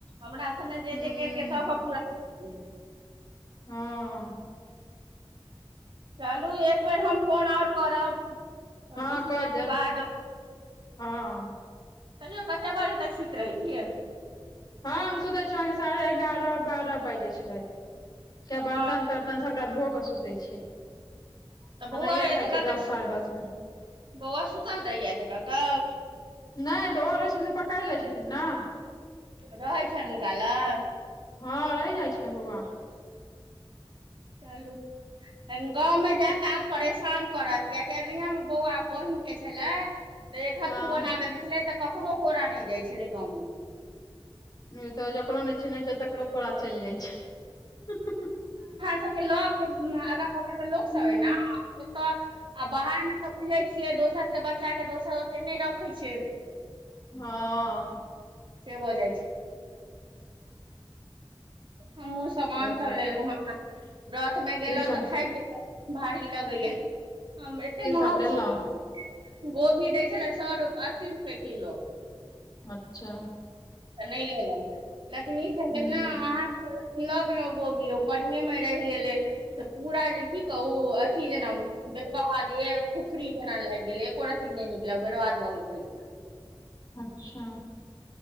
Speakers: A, on the right; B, on the left.
A: हमरा सने जे
B: हूँ
A: जे केलकै सबके पूरा भऽ गेले
B: हऽ
A: चलू एकबेर हम फोन और करब
B: हँ
A: बीस
B: कऽ
A: मिनटके
B: देब
A: बाद
B: हँ
A: तयौ कतै बजे तक सुइत रहै छियै
B: हम सुतै छिय अहाँके साढ़े एगार बारह बाज जाय छै राइत
A: अ
B: किये बर्तन तर्तन सब सबटा धोक कऽ सुतै छियै
A: तऽ
B: खेनाइये
A: बौआ एते
B: खाइ छिय
A: काल
B: दस
A: तक
B: साढ़े दस मे
A: बौआ सुतल रहै यै एते काल तक
B: नै तऽ ओ रहय छथिन तऽ पकेड़ लै छथिन नऽ
A: रहै छैन हुनका लग
B: हँ रहि जाइ छै बौआ
A: चलू तहन गाँवमे जैत आब परेशान करत कियकि अरनिया मे बौआ बोहिनके छलै तऽ एक हथू
B: हँ
A: बना देने छलै तऽ ककरो कोरा नहि जाए छलै गाँवमे
B: नै ई तऽ जकरो नहि चिन्है छै तकरो कोरा चलि जाए छै
A: सब के लग में अगल बगल मे लोक सब
B: हूँ
A: अय नऽ ओतऽ आ बाहर मे सब सुनै छियै दोसर के बच्चा के दोसर ओते नहि रोखय छै
B: हँ
A: से भऽ जाए छै हमहु समान
B: से
A: सब
B: तऽ
A: लेलौ हें व्रत में गेलौतऽ
B: की सब
A: थाकि गेल भारी लगैया हम एते
B: की
A: महग
B: सब लेलहुँ
A: समान गोभी दै छलै सौ रुप अस्सी रुपए किलो
B: अच्छा
A: तऽ नहि लेलौ लेकिन ई छलै
B: हूँ
A: ने अहाँ लगलो गोभी ओ पनिये मे रहि गेले तऽ पूरा जे की कहू अथी जेना बेरबाद ए फुफरी जैना लागि गेलै एको रत्ती नहि निकल बरबाद भऽ गेल पैस
B: अच्छा